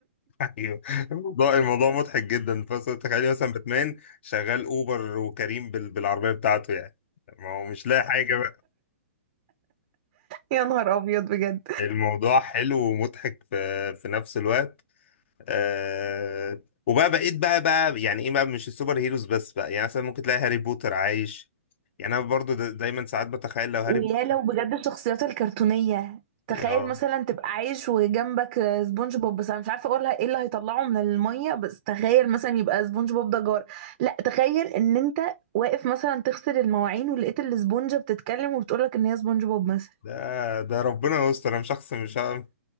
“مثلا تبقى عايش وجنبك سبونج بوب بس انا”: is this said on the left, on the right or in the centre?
Right